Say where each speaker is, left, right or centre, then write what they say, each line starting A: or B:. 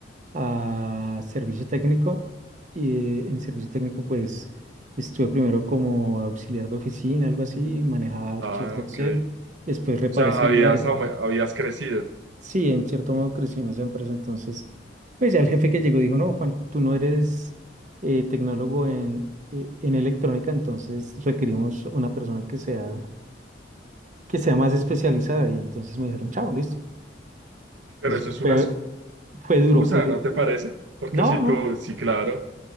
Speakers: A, on the right; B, on the right.
A: a servicio técnico y en servicio técnico pues estuve primero como auxiliar de oficina, algo así, manejaba archivos
B: Ah,
A: de Excel,
B: ok.
A: después reparé
B: O sea,
A: celulares.
B: habías, aume- habías crecido,
A: Sí, en cierto modo crecí en esa empresa, entonces pues ya el jefe que llegó dijo, no, Juan, tú no eres eh, tecnólogo en, eh, en electrónica, entonces requerimos una persona que sea que sea más especializada. Y entonces me dijeron, chao, listo.
B: pero
A: Entonces
B: eso
A: pues,
B: es
A: fue,
B: una
A: fue duro,
B: excusa,
A: fue duro.
B: ¿no te parece? Porque
A: No,
B: si
A: no.
B: tú, sí, claro,